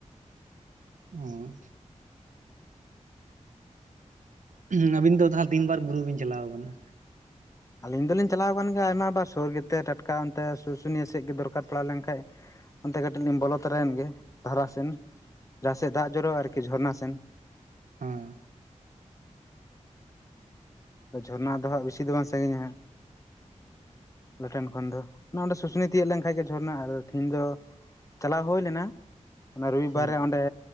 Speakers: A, on the right; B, on the left.
A: ᱦᱩᱸ ᱦᱩᱸ ᱟᱵᱤᱱ ᱫᱚ ᱛᱟᱦᱟ ᱛᱤᱱ ᱵᱟᱨ ᱵᱩᱨᱩ ᱵᱤᱱ ᱪᱟᱞᱟᱣ ᱠᱟᱱᱟ?
B: ᱟᱹᱞᱤᱧ ᱫᱚᱞᱤᱧ ᱪᱟᱞᱟᱣ ᱠᱟᱱ ᱜᱮᱭᱟ ᱟᱭᱢᱟ ᱵᱟᱨ ᱥᱩᱨ ᱜᱮᱛᱮ ᱴᱟᱴᱠᱟ ᱚᱱᱛᱮ ᱥᱩᱥᱩᱱᱤᱭᱟᱹ ᱥᱮᱜ ᱜᱮ ᱫᱚᱨᱠᱟᱨ ᱯᱟᱲᱟᱣ ᱞᱮᱱ ᱠᱷᱟᱡ ᱚᱱᱛᱮ ᱠᱟᱹᱴᱤᱡ ᱞᱤᱧ ᱵᱚᱞᱚ ᱛᱚᱨᱟᱭᱮᱱ ᱜᱮ ᱫᱷᱟᱨᱟ ᱥᱮᱱ ᱡᱟᱦᱟᱸ ᱥᱮᱜ ᱫᱟᱜ ᱡᱚᱨᱚ ᱟᱨᱠᱤ ᱡᱷᱚᱨᱱᱟ ᱥᱮᱱ ᱾
A: ᱦᱮᱸ
B: ᱛᱚ ᱡᱷᱚᱨᱱᱟ ᱫᱚ ᱦᱟᱸᱜ ᱵᱮᱥᱤ ᱫᱚ ᱵᱟᱝ ᱥᱟᱺᱜᱤᱧᱟ ᱦᱟᱸᱜ ᱾ ᱟᱞᱮ ᱴᱷᱮᱱ ᱠᱷᱚᱱ ᱫᱚ ᱱᱚᱣᱟ ᱫᱚ ᱥᱩᱥᱱᱤ ᱛᱤᱭᱟᱹᱜ ᱞᱮᱱ ᱠᱷᱟᱡ ᱜᱮ ᱡᱷᱚᱨᱱᱟ ᱟᱨᱚ ᱛᱤᱦᱤᱧ ᱫᱚ ᱪᱟᱞᱟᱣ ᱦᱳᱭ ᱞᱮᱱᱟ ᱾ ᱚᱱᱟ ᱨᱚᱵᱤᱵᱟᱨ
A: ᱦᱮᱸ
B: ᱨᱮ ᱚᱸᱰᱮ